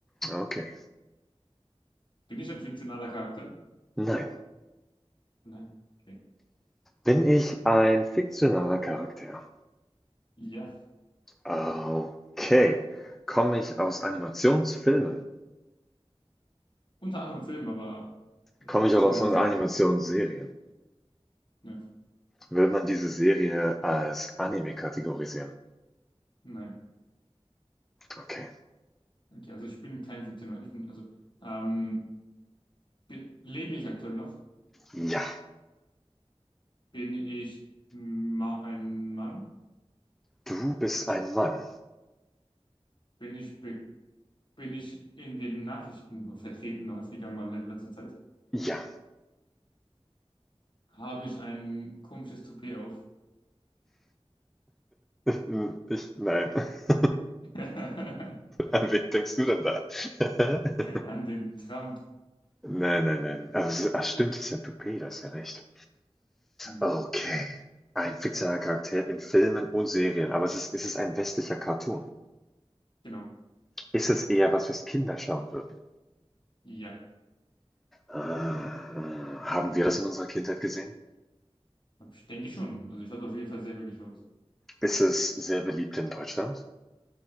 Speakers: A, in the centre; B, on the left.
A: Okay.
B: Bin ich ein fiktionaler Charakter?
A: Nein.
B: Nein. Okay.
A: Bin ich ein fiktionaler Charakter?
B: Ja.
A: Okay. Komme ich aus Animationsfilmen?
B: Unter anderem Film, aber
A: Komme
B: hauptsächlich
A: ich auch aus
B: einer
A: Animationsserien?
B: Serie. Nö,
A: Will man diese Serie als Anime kategorisieren?
B: nein.
A: Okay.
B: Okay, also ich bin kein Victim. Ich bin, also, ähm, be- lebe ich aktuell noch?
A: Ja.
B: Bin ich ma ein Mann?
A: Du bist ein Mann.
B: Bin ich, be bin ich in den Nachrichten vertreten, häufiger mal in letzter Zeit?
A: Ja.
B: Habe ich ein komisches Toupet auf?
A: Hm, Ich, nein. <laughs>
B: <laughs>
A: An wen denkst du denn da? <laughs>
B: An den Trump.
A: Nein, nein, nein. Also, ach, stimmt, das ist ja Toupet, das ist ja recht.
B: Hm,
A: Okay. Ein fiktionaler Charakter in Filmen und Serien. Aber es ist, ist es ein westlicher Cartoon?
B: genau.
A: Ist es eher was, was Kinder schauen würden?
B: Ja,
A: Äh, äh, haben wir das in unserer Kindheit gesehen?
B: ich denke schon. Also ich habe auf jeden Fall sehr glücklich aus.
A: Ist es sehr beliebt in Deutschland?